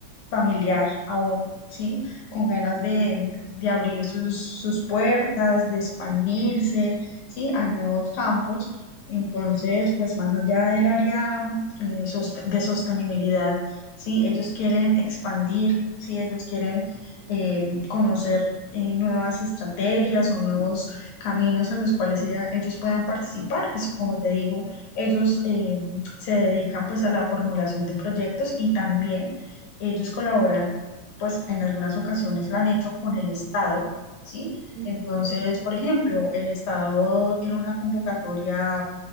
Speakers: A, on the left; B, on the right.
A: familiar aún, ¿sí? Con ganas
B: Ya.
A: de, de abrir sus, sus puertas, de expandirse, ¿sí? A nuevos campos. Entonces, pues más allá del área eh, sos- de sostenibilidad, ¿sí? Ellos quieren expandir, ¿sí? Ellos quieren eh, conocer eh, nuevas estrategias o nuevos caminos a los cuales ella- ellos puedan participar. Pues como te digo, ellos eh, se dedican pues a la formulación de proyectos y también ellos colaboran, pues en algunas ocasiones lo han hecho con el Estado, ¿sí?
B: Ujú,
A: Entonces,
B: ujú.
A: por ejemplo, el Estado tiene una convocatoria